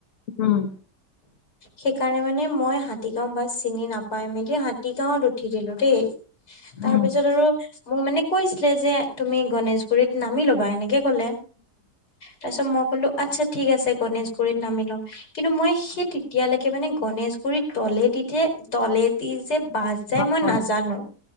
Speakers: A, on the left; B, on the left.
A: উম।
B: সেইকাৰণে মানে মই হাত হাতীগাঁও বাছ চিনি নাপাই মেলি হাতী গাঁৱত উঠি দিলো দেই। তাৰপিছত
A: উম
B: আৰু মোক মানে কৈছিলে যে তুমি গণেশগুৰিত নামি ল'বা এনেকে ক'লে। তাৰ পিছত মই কলো আচ্ছা ঠিক আছে গণেশগুৰিত নামি লম। কিন্তু মই সেই তেতিয়ালৈকে মানে গণেশগুৰিত তলেদি এতিয়া তলেদি যে বাছ যায়
A: অ
B: মই নাজানো।
A: অ